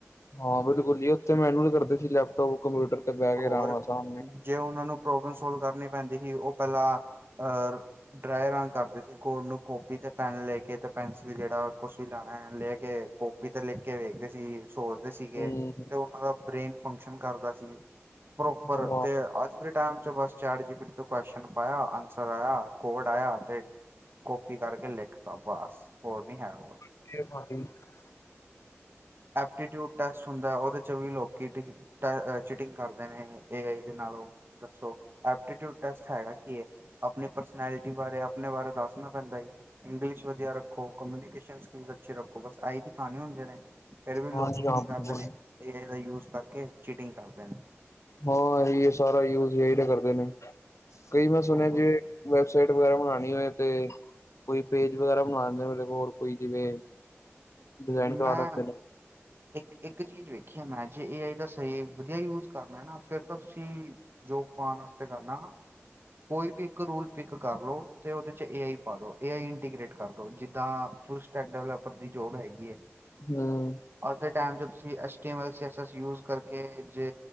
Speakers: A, on the left (about 80°); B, on the right (about 50°).
A: ਹਾਂ, ਬਿਲਕੁਲ ਜੀ ਉੱਥੇ ਮੈਨੂਅਲ ਕਰਦੇ ਸੀ ਲੈਪਟੋਪ, ਕੰਪਿਊਟਰ। ਤੇ ਬਹਿ ਕੇ
B: ਹੋਰ,
A: ਆਰਾਮ ਨਾਲ ਸਾਹਮਣੇ
B: ਜੇ ਉਹਨਾਂ ਨੂੰ ਪ੍ਰੋਬਲਮ ਸੋਲਵ ਕਰਨੀ ਪੈਂਦੀ ਸੀ ਉਹ ਪਹਿਲਾਂ ਅਹ ਡਰਾਇੰਗ ਕਰਦੇ ਸੀ ਕੋਡ ਨੂੰ ਕਾਪੀ ਤੇ ਪੈਨ ਲੈ ਕੇ ਅਤੇ ਪੈਨਸਿਲ ਜਿਹੜਾ ਕੁਛ ਵੀ ਲੈਣਾ ਹੈ ਲੈ ਕੇ ਕਾਪੀ ਤੇ ਲਿਖ ਕੇ ਵੇਖਦੇ ਸੀ, ਸੋਚਦੇ ਸੀਗੇ
A: ਹੂੰ
B: ਫੇਰ ਉਹਨਾਂ ਦਾ ਬ੍ਰੇਨ ਫੰਕਸ਼ਨ ਕਰਦਾ ਸੀ। ਪ੍ਰੋਪਰ
A: ਹਾਂ ਹੂੰ
B: ਤੇ <unintelligible> ਅੱਜ ਦੇ ਟਾਇਮ ਚ ਬਸ ਚੈਟ ਜੀ ਪੀਟੀ ਤੇ ਕੁਐਸ਼ਚਨ ਪਾਇਆ ਆਂਸਰ ਆਇਆ, ਕੋਡ ਆਇਆ ਤੇ ਕੌਪੀ ਕਰਕੇ ਲਿਖਤਾ ਬਸ, ਹੋਰ ਨੀ ਹੈਗਾ ਕੁਛ
A: <unintelligible>
B: ਐਪਟੀਟਿਊਡ ਟੈਸਟ ਹੁੰਦਾ ਉਹਦੇ 'ਚ ਵੀ ਲੋਕੀ ਡਿਜੀਟਲ ਚੀਟਿੰਗ ਕਰਦੇ ਨੇ ਏ ਆਈ ਦੇ ਨਾਲ ਓਹ ਦੱਸੋ ਐਪਟੀਟਿਊਡ ਟੈਸਟ ਹੈਗਾ ਕੀ ਹੈ। ਆਪਣੀ ਪਰਸਨੈਲਿਟੀ ਬਾਰੇ ਆਪਣੇ ਬਾਰੇ ਦੱਸਣਾ ਪੈਂਦਾ ਜੀ। ਇੰਗਲਿਸ਼ ਵਧੀਆ ਰੱਖੋ, ਕਮਿਊਨੀਕੇਸ਼ਨ ਸਕਿਲ ਅੱਛੇ ਰੱਖੋ ਬਸ ਆਈ ਦਿਖਾਉਣੇ ਹੁੰਦੇ ਨੇ। ਫਿਰ ਵੀ ਲੋਕੀ
A: ਹਾਂਜੀ
B: ਕੀ
A: ਹਾਂ
B: ਕਰਦੇ
A: ਬਿਲਕੁਲ
B: ਨੇ, ਏ ਆਈ ਦਾ ਯੂਜ ਕਰਕੇ ਚੀਟਿੰਗ ਕਰਦੇ ਨੇ।
A: ਹਾਂ ਇਹ ਸਾਰਾ ਯੂਜ ਇਹੀ ਤਾ ਕਰਦੇ ਨੇ, ਕਈ ਵਾਰ ਸੁਣਿਆ
B: ਹੋਰ
A: ਜੇ ਵੈਬਸਾਈਟ ਵਗੈਰਾ ਬਣਾਉਣੀ ਹੋਏ ਤੇ ਕੋਈ ਪੇਜ ਵਗੈਰਾ ਬਣਾ ਦਿੰਦੇ ਹੋਰ ਕੋਈ ਜਿਵੇਂ, ਡਿਜ਼ਾਇਨ
B: ਮੈਂ
A: ਕਰਵਾ ਦੇਂਦੇ ਨੇ।
B: ਇੱਕ -ਇੱਕ ਚੀਜ਼ ਵੇਖੀਏ ਮੈਂ ਜੇ ਏ ਆਈ ਦਾ ਵਧੀਆ ਯੂਜ ਕਰਨਾ ਨਾ ਫਿਰ ਤਾਂ ਤੁਸੀਂ ਯੋਗ ਪਾਉਣ ਵਾਸਤੇ ਕਰਨਾ ਨਾ ਕੋਈ ਵੀ ਇੱਕ ਰੂਲ ਪਿਕ ਕਰ ਲੋ ਤੇ ਉਹਦੇ ਚ ਏ ਆਈ ਪਾ ਦੋ, ਏ ਆਈ ਇੰਟੀਗ੍ਰੇਟ ਕਰ ਦੋ ਜਿੱਦਾਂ ਸੈਟ ਡਿਵਲਪਰ ਦੀ ਜੋਬ ਹੈਗੀ ਏ।
A: ਹਮ।
B: ਅੱਜ ਦੇ ਟਾਇਮ 'ਚ ਤੁਸੀਂ H T M C S -S use ਕਰਕੇ ਜੇ